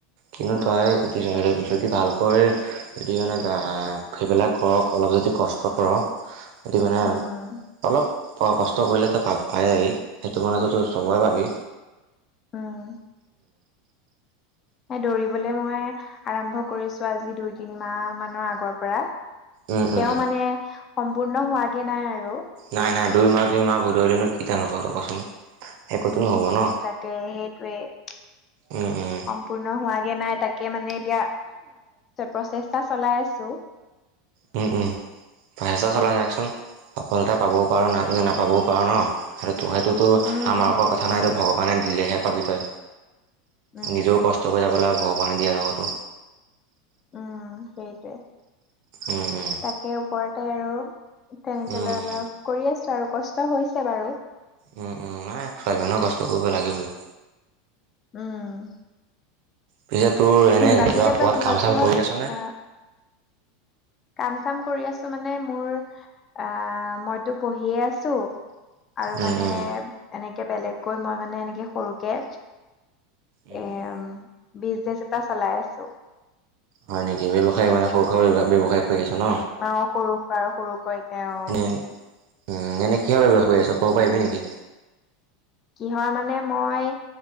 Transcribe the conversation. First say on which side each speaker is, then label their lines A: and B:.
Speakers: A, on the right; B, on the left.
A: কিন্তু
B: অ
A: তই যদি ভালকৈ যদি মানে সেইবিলাক কৰক অলপ যদি কষ্ট কৰ <unintelligible> মানে
B: উম
A: অলপ তই কষ্ট কৰিলে তই পা- পায়ে যাবি। সেইটো মানেততো চবৰে পাবি
B: উম দৌৰিবলৈ মই আৰম্ভ কৰিছো আজি দুই- তিনি মাহ মানৰ আগৰ পৰা।
A: উম উম
B: তেওঁ মানে সম্পূৰ্ণ হোৱাগে নাই আৰু।
A: নাই নাই দুই মাহ -তিনিমাহ বধলেনো কি দাল হ'ব আৰু কচোন? একোতো নহ'ব
B: উম,
A: ন
B: তাকে সেইটোৱে সম্পূৰ্ণ
A: উম উম
B: হোৱাগে নাই তাকে তাকে মানে এতিয়া প্ৰচেষ্টা চলাই আছো।
A: উম -উম ফাইছা চলাই থাকচোন সফলতা পাবও পাৰোঁ না
B: উম
A: নাপাবও পাৰোঁ ন'সেইটোতো- সেইটোতো
B: উম
A: আমাৰ
B: সেইটোৱে
A: ওপৰত কথা নহই এইটো ভগৱানে দিলে সেয়া পাবি তই
B: উম
A: নিজেও কষ্ট কৰি যাব লাগে ভগৱানে দিয়াৰ লগতো।
B: উম সেইটোৱে,
A: উম
B: তাকে ওপৰতে আৰু। তেনেকে
A: উম
B: লৈ অলপ কৰি আছো আৰু কষ্ট হৈছে বাৰু।
A: উম -উম নাই ছোৱালী মানুহ কষ্ট কৰিব লাগিবই।
B: উম
A: পিছে তোৰ এনে
B: বাকী
A: কিবা
B: এতিয়া
A: ক'ৰবাত
B: তই কিহত
A: কাম চাম
B: -কিহত
A: কৰি আছনে
B: আহ কাম- চাম কৰি আছো মানে মোৰ আহ মইতো পঢ়িয়ে আছো। আৰু
A: উম
B: মানে এনেকে বেলেগকৈ মই মানে এনেকে সৰুকে
A: উম
B: এম, বিজনেচ এটা চলাই আছো।
A: হয় নেকি, ব্যৱসায় মানে সৰু- সুৰা ব্যৱসায়। কৰি আছ ন
B: অহ, সৰু- সুৰা আৰু সৰুকৈকে অ',।
A: এনে উম, এনেই কিহৰ ব্যৱহাৰ কৰি আছ কব পাৰিবি নেকি?
B: কিহৰ মানে মই,